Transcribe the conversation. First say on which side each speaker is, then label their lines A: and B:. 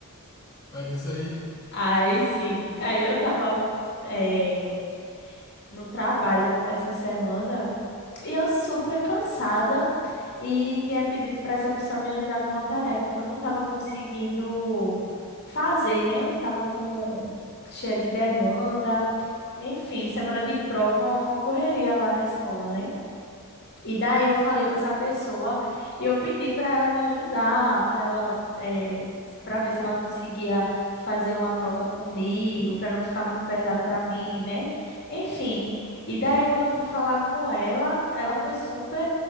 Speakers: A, on the left (about 20°); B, on the left (about 50°).
A: Vai, diz aí.
B: Aí sim. Aí eu tava, eh, no trabalho essa semana. E eu super cansada e tinha pedido para essa pessoa me ajudar com uma tarefa que eu não estava conseguindo fazer, né? Tava com cheia de demanda. Enfim, semana de prova, uma correria lá na escola, né? E daí eu falei com essa pessoa e eu pedi para ela me ajudar, para ela, para ver se ela conseguia fazer uma troca comigo, para não ficar muito pesado para mim, né? Enfim. E daí quando eu fui falar com ela, ela foi super